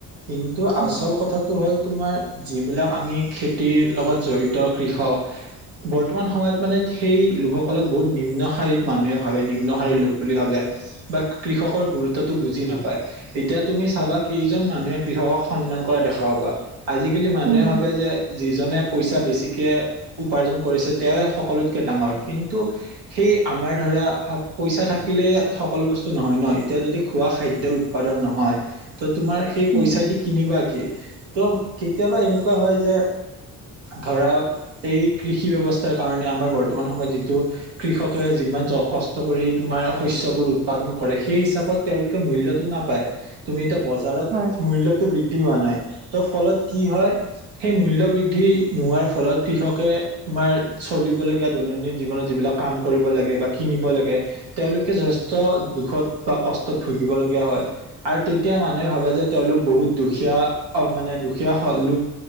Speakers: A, on the right (about 65°); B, on the right (about 20°).
A: কিন্তু
B: উম,
A: আচল কথাটো হ'ল তোমাৰ যিবিলাক আমি খেতিৰ লগত জড়িত কৃষক বৰ্তমান সময়ত মানে সেই লোকসকলক বহুত নিম্নশাৰীত মানুহে ভাবে। নিম্ন শাৰীৰ লোক বুলি ভাবে। বা কৃষকৰ গুৰুত্বটো বুজি নাপায়। এতিয়া তুমি চাবা কেইজন মানুহে কৃষকক সন্মান কৰা দেখা পাবা। আজিকালি মানুহে
B: উম,
A: ভাবে যে যি জনে পইচা বেছিকে উপাৰ্জন কৰিছে তেওঁয়ে সকলোতকে ডাঙৰ কিন্তু সেই আমাৰ ধৰা পইচা থাকিলে সকলো বস্তু নহয় ন। এতিয়া যদি খোৱা খাদ্য উৎপাদন নহয় তু তোমাৰ সেই
B: উম,
A: পইচা দি কিনিবা কি? তো কেতিয়াবা এনেকুৱা হয় যে ধৰা এই কৃষি ব্যৱস্থাৰ কাৰণে আমাৰ বৰ্তমান সময়ত যিটো কৃষকে যিমান য কষ্ট কৰি তোমাৰ শস্যবোৰ উৎপাদন কৰে। সেই হিচাপত তেওঁলোকে মূল্য টো নাপায়। তুমি বজাৰত
B: হয়,
A: মূল্যটো বৃদ্ধি হোৱা নাই। ত ফলত কি হয় সেই মূল্য বৃদ্ধি নোহোৱাৰ ফলত কৃষকে তোমাৰ চলিবলগীয়া দৈনন্দিন জীৱনত যিবিলাক কাম কৰিব লাগে বা কিনিব লাগে তেওঁলোকে যথেষ্ট দুখত বা কষ্টত ভুগিবলগীয়া হয়। আৰু তে এতিয়া মানুহে ভাবে যে তেওঁলোক বহুত দুখীয়া। অ মানে দুখীয়া লোক